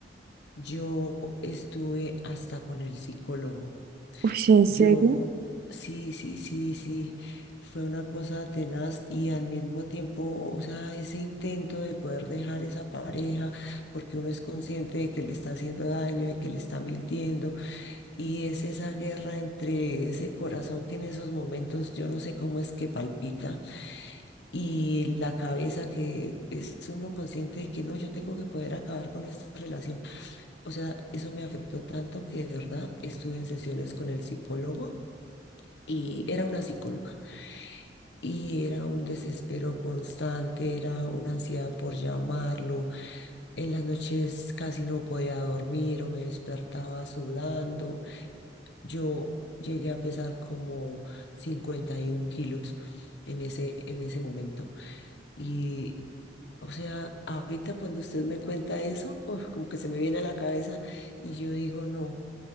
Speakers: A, on the left; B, on the right.
A: yo estuve hasta con el psicólogo.
B: Uy, en serio.
A: Yo, sí, sí, sí, sí, fue una cosa tenaz y al mismo tiempo, o sea, ese intento de poder dejar esa pareja, porque uno es consciente de que le está haciendo daño, de que le está mintiendo, y es esa guerra entre ese corazón que en esos momentos yo no sé cómo es que palpita y la cabeza que es uno consciente de que no, yo tengo que poder acabar con esta relación. O sea, eso me afectó tanto que de verdad estuve en sesiones con el psicólogo y era una psicóloga y era un desespero constante, era una ansiedad por llamarlo. En las noches casi no podía dormir o me despertaba sudando. Yo llegué a pesar como 51 kilos en ese, en ese momento. Y, o sea, ahorita cuando usted me cuenta eso, uf, como que se me viene a la cabeza y yo digo, no